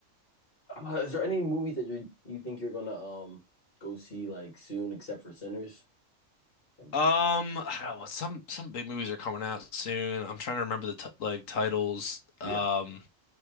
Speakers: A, on the left (about 45°); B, on the left (about 80°).
A: uh, is there any movies that you you think you're gonna um go see like soon, except for Sinners? And
B: Um, I don't know. Some some big movies are coming out soon. I'm trying to remember the t like titles. Um,
A: yeah,